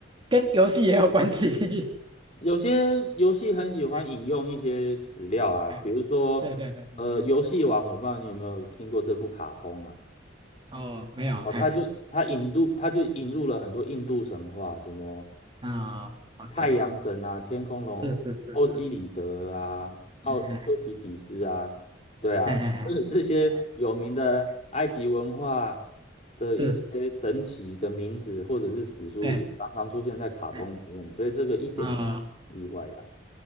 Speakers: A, on the right; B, on the left.
A: 跟游戏也有关系？<laughs>
B: 有些游戏很喜欢引用一些史料啊，
A: 哎哎，
B: 比如说，
A: 对对对，嗯嗯
B: 呃，游戏王，我不知道你有没有听过这部卡通啊。
A: 哦，没有，
B: 哦，
A: 哎，
B: 他就他引入他就引入了很多印度神话，什么
A: 啊，OK，
B: 太阳神啊、天空龙、
A: 是是是是，
B: 欧几里得啊、奥修西底斯啊，
A: 嗯哎
B: 对啊，
A: 哎哎
B: 就是这些有名的埃及文化
A: 哎，哎哎
B: 的一些神奇的名字或者是史书，
A: 是，对，
B: 也常常出现在卡通里面，
A: 嗯，
B: 所以这个一点也不意外啦。
A: 哦